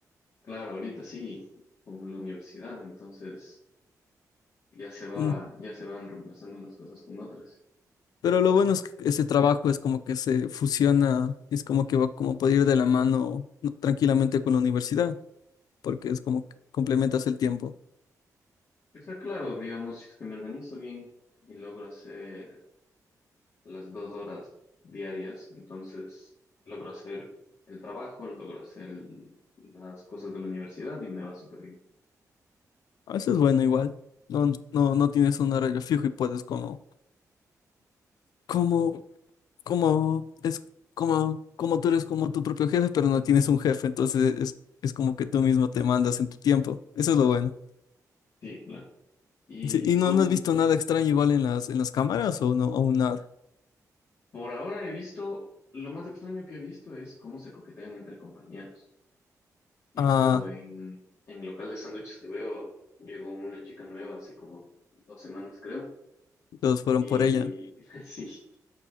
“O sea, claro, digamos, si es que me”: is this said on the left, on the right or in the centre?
Left